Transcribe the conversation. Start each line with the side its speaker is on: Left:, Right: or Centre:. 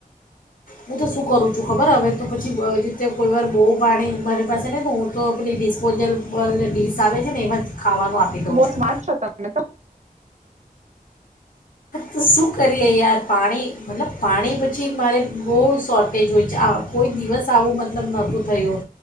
Left: હું તો શું કરું છું ખબર હવે તો પછી રીતે કોઈ વાર બહુ પાણી મારી પાસે ને હું તો પેલી ડિસ્પોઝેબલ ડીશ આવે છે ને એમ જ ખાવાનું આપી દઉં
Right: બહુ
Left: છું
Right: સ્માર્ટ છો તમે તો
Left: તો શું કરીએ યાર પાણી, મતલબ પાણી પછી મારે બહુ શોર્ટેજ હોય છે આ કોઈ દિવસ આવું મતલબ નહોતું થયું